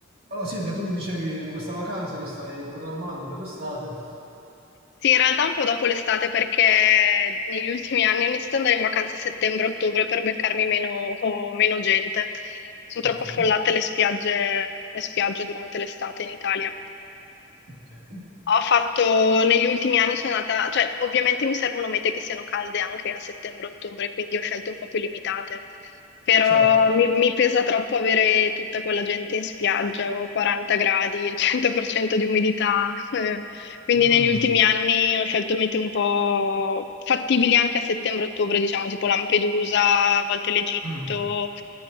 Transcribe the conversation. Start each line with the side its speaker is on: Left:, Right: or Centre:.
Right: Allora Silvia, tu mi dicevi di questa vacanza che stai programmando per l'estate.
Left: Sì, in realtà un po' dopo l'estate perché negli ultimi anni ho iniziato ad andare in vacanza a settembre-ottobre per beccarmi meno, o meno gente. Sono
Right: Ok,
Left: troppo affollate le spiagge, le spiagge durante l'estate in Italia.
Right: ok,
Left: Ho fatto negli ultimi anni sono andata, cioè ovviamente mi servono mete che siano calde anche a settembre-ottobre, quindi ho scelte un po' più limitate, però
Right: certo.
Left: mi, mi pesa troppo avere tutta quella gente in spiaggia con 40 gradi, il 100% di umidità, eh, quindi
Right: Mm,
Left: negli ultimi anni ho scelto mete un po' fattibili anche a settembre-ottobre, diciamo tipo Lampedusa, a volte l'Egitto,
Right: mm,